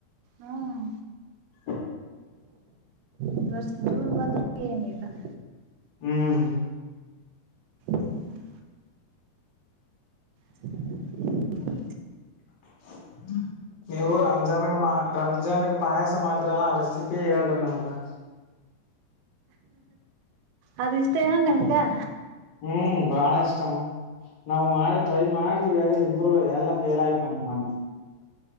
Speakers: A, on the left; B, on the right.
A: <inaudible>
B: ಹ್ಮ್ ಈ ವರ್ಷ ಜೂನ್ ಬಂದರ ಏನ ಇಲ್ಲ. <inaudible>
A: ಹೂ <inaudible>
B: ಹ <inaudible> <inaudible>
A: <inaudible> ನೀವು ರಂಜಾನ್ಗ ಮಾ ರಂಜಾನ್ಗ ಪಾಯಸ ಮಾಡ್ತರಲ್ಲಾ ಆ ರೆಸಿಪಿ ಹೇಳ್ರಿ ನಮ್ಗ. <inaudible>
B: ಅದ ಇಷ್ಟೇ ಏನ ನಿಮದ <inaudible>
A: ಹೂ ಬಾಳ ಇಷ್ಟಮ್ಮ ನಾವು ಮಾಡಿ ಟ್ರೈ ಮಾಡಿದಿವಿ. <inaudible> ಇಬ್ರು ಎಲ್ಲ ಫೇಲ್ ಆಯ್ತ ನಮ್ಮ ಮನ್ <inaudible>